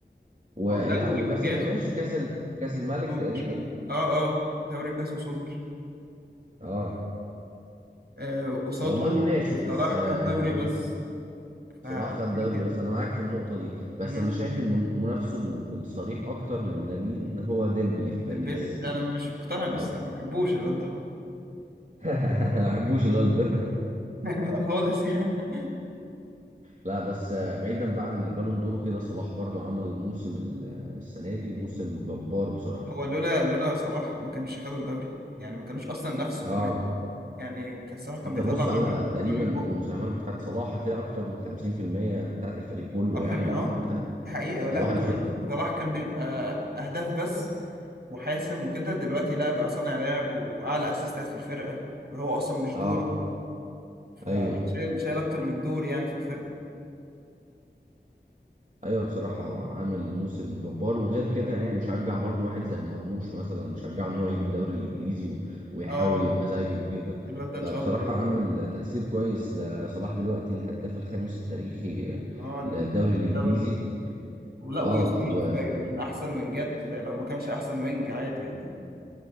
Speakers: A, on the right; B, on the right.
A: ولا
B: هو دوري
A: وكسب
B: وكاس
A: ماشي كاس ال- كاس الملك
B: وسوبر
A: تقريبا
B: اه اه دوري وكاس وسوبر
A: اه
B: آه، قصاده
A: والله ماشي بس
B: صلاح
A: آه
B: خد دوري بس
A: بس صلاح
B: فحوار
A: خد دوري
B: كده
A: بس انا معاك في النقطة دي بس
B: امم
A: انا شايف ان منافسه ال- الصريح اكتر من لامين هو ديمبلي في
B: ديمبلي
A: باريس
B: انا مش مقتنع بيه
A: اه
B: الصراحة، ما بحبوش الواد ده خالص
A: <laughs> ما بحبوش الواد ده
B: <laughs> لا خالص
A: <laughs>
B: يعني
A: لا بس آه، بعيدا بقى عن البالون دور وكده صلاح برضو عمل موسم ال- آه، السنة دي موسم جبار بصراحة
B: هو لولا لولا صلاح ما كانش خد الدوري يعني ما كانوش اصلا نفسه
A: اه
B: كمان يعني كان صلاح كان
A: انت
B: بيطلع
A: بص
B: نار
A: على
B: من
A: تقريبا
B: نار من
A: على
B: بقه
A: المساهمات بتاعت صلاح هتلاقي اكتر من 50% بتاعت الفريق كله
B: اكتر
A: يعني
B: من اه
A: فانت
B: دي حقيقة
A: صباح
B: لا وكمان
A: الفل
B: صلاح كان بيبقى اهداف بس وحاسم وكده دلوقتي لا بقى صانع لعب واعلى اسيستات في الفرقة وهو اصلا مش
A: اه
B: دوره فلا
A: ايوه
B: شايل شايل اكتر من دور يعني في الفرقة
A: ايوه بصراحه عامل موسم جبار وغير كده يعني مشجع برضو واحد زي مرموش مثلا شجعه ان هو يجي الدوري الانجليزي و- ويحاول
B: اه
A: يبقى زيه وكده
B: الواد ده
A: فبصراحه
B: ان شاء الله هيوصل
A: عامل تاثير كويس ده صلاح دلوقتي الهداف الخامس التاريخي
B: اه لل-
A: للدوري
B: للدوري
A: الانجليزي
B: ولا ويوسف
A: اه و
B: من احسن وينجات لو ما كانش احسن وينج عادي يعني